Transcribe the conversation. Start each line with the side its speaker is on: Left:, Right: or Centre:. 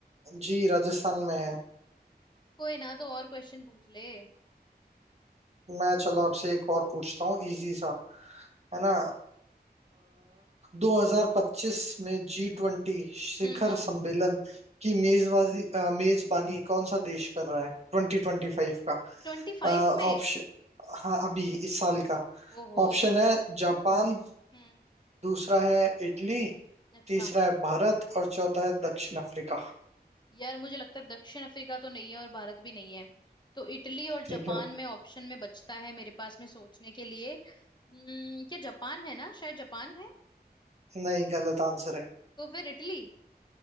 Right: जी राजस्थान में है
Left: कोई ना तो और क्वेश्चन पूछ ले
Right: मैं चलो आपसे एक और पूछता हूँ इजी सा है ना दो हजार पच्चीस में जी ट्वेंटी शिखर
Left: हम्म हम्म
Right: सम्मेलन
Left: हम्म
Right: की मेजबाजी अ, मेजबानी कौन सा देश कर रहा है ट्वेंटी ट्वेंटी फाइव का
Left: ट्वेंटी फाइव
Right: ऑप्शन
Left: में
Right: हाँ अभी इस साल का
Left: ओहो
Right: ऑप्शन है जापान
Left: हम्म
Right: दूसरा है इटली
Left: अच्छा
Right: तीसरा है भारत और चौथा है दक्षिण अफ्रीका
Left: यार मुझे लगता है दक्षिण अफ्रीका तो नहीं है और भारत भी नहीं है तो इटली और
Right: ठीक
Left: जापान
Right: है
Left: में ऑप्शन में बचता है मेरे पास में सोचने के लिए हम्म क्या जापान है ना शायद जापान है
Right: नहीं गलत आंसर है
Left: तो फिर इटली